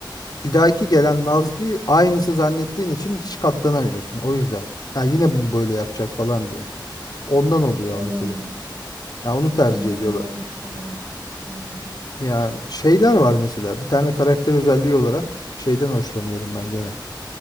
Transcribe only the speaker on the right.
Olabilir.
Ön yargı
oluşturuyor. Anladım.